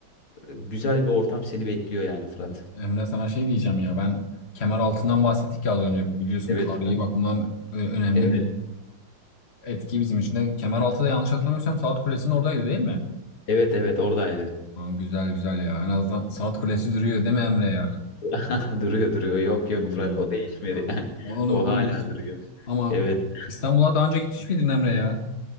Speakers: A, on the left; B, on the left.
A: Güzel bir ortam seni bekliyor yani Fırat.
B: Evet. Emre sana şey diyeceğim ya. Ben kemer altından bahsettik ya az önce. Biliyorsun
A: Evet
B: tarihi
A: Fırat.
B: bakımdan ö- önemli
A: Evet.
B: bir etki bizim için de. Kemer altı da yanlış hatırlamıyorsam Saat Kulesi'nin oradaydı değil mi?
A: Evet evet oradaydı.
B: Aa, güzel güzel ya. En azından Saat Kulesi duruyor değil mi Emre ya?
A: <laughs> Duruyor duruyor. Yok yok
B: İyi, iyi,
A: Fırat o değişmedi.
B: iyi ya.
A: <laughs>
B: Onu,
A: O
B: onu
A: hala
B: da istiyorum.
A: duruyor.
B: Ama
A: Evet.
B: İstanbul'a daha önce gitmiş miydin Emre ya?